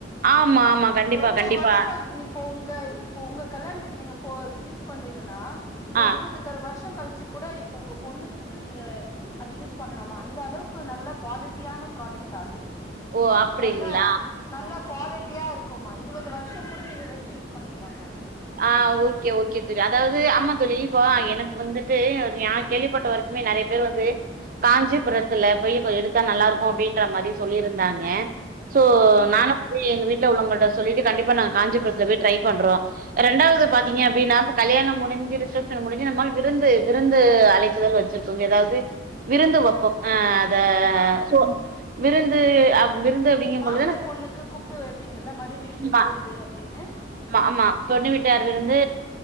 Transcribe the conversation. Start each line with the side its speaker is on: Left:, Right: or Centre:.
Right: ஆமா ஆமா கண்டிப்பா
Left: ரொம்ப
Right: கண்டிப்பா
Left: வருஷோ நிப் இப்ப உங்க இப்ப உங்க கல்யாணத்துக்கு நீங்க போ யூஸ் பண்றீங்கன்னா இது
Right: ஆ
Left: இருவது கற் வருஷோ கழிச்சு கூட இப்ப உங்க பொண்ணுக்கு கூட நீங்க அது யூஸ் பண்லாமா அந்த அளவுக்கு நல்ல குவாலிட்டியான ப்ராடக்டா அது
Right: ஓ அப்டிங்களா
Left: நல்ல நல்ல குவாலிட்டியா இருக் குமா இருவது வர்ஷோ கூட நீங்க வெச்சு யூஸ் பண்ணிக்கலாமா அது
Right: ஆ ஓகே ஓகே தோழி அதாவது ஆம்மா தோழி இப்ப எனக்கு வந்துட்டு நா கேள்விப்பட்ட வரைக்குமே நெறைய பேர் வந்து காஞ்சிபுரத்துல போய் இப்ப எடுத்தா நல்லா இருக்கு அப்டின்ற மாதிரி சொல்லியிருந்தாங்க சோ
Left: ம்
Right: நானும் போய் எங்க வீட்ல உள்ளவங்களிட்ட சொல்லி கண்டிப்பா நாங்க காஞ்சிபுரத்துல போய் ட்ரை பண்றோ ரெண்டாவது பாத்தீங்க அப்டின்னாப்ப கல்யாணம் முடிஞ்சு ரிசெப்ஷன் முடிஞ்சு நம்மாள் விருந்து விருந்து அழைபிதல் வெச்சிரு போம் எதாவது விருந்து வெப்போம் ஆ அத
Left: ஆ
Right: சொ விருந்து விருந் து அப்டிங்
Left: மாப்பிள்ளை
Right: பொழுது
Left: பொண்ணுக்கு கூப்பிட்டு வைப்பீங்கல்ல மறு வீட்டு
Right: மா
Left: விருந்து அப்படின்னு
Right: ஆமா பொண்ணு வீட்டார் விருந்து